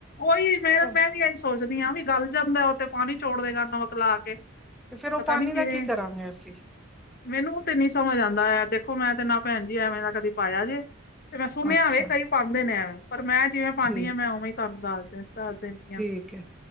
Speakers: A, on the left (about 45°); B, in the centre.
A: ਉਹੀ ਮੈਂ
B: ਉਹ
A: ਮੈਂ ਵੀ ਇਹੀ ਸੋਚਦੀ ਹਾਂ, ਵੀ ਗਲ਼ ਜਾਂਦਾ। ਤੇ ਪਾਣੀ ਛੋੜ ਦੇਗਾ ਨਮਕ ਲਾ ਕੇ‌।
B: ਤੇ ਫੇਰ ਉਹ
A: ਪਤਾ
B: ਪਾਣੀ
A: ਨੀ ਕਿਵੇਂ,
B: ਦਾ ਕੀ ਕਰਾਂਗੇ ਅਸੀਂ
A: ਮੈਨੂੰ ਉਹ ਤੇ ਨਹੀਂ ਸਮਝ ਆਉਂਦਾ ਆ। ਦੇਖੋ ਮੈਂ ਤੇ ਨਾ ਭੈਣ ਜੀ ਐਵੇਂ ਨਾ ਕਦੀ ਪਾਇਆ ਜੇ, ਤੇ ਮੈਂ ਸੁਣਿਆਵੇ
B: ਅੱਛਾ
A: ਕਈ ਪਾਉਂਦੇ ਨੇ ਐਵੇਂ। ਪਰ ਮੈਂ ਜਿਵੇਂ ਪਾਉਦੀ
B: ਠੀਕ
A: ਹਾਂ ਮੈਂ ਉਵੇਂ ਤੁਹਾਨੂੰ ਦੱਸ ਦਿੱਤਾ ਦੱਸ ਦਿੰਦੀ ਹਾਂ।
B: ਠੀਕ ਹੈ